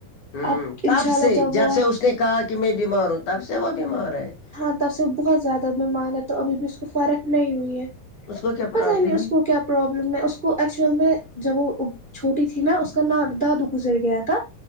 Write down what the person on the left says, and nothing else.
ہ
تب
سے جب
سے اس نے کہا کہ میں بیمار ہوں تب سے وہ بیمار ہے
اس کو کیا
پرابلم
ہے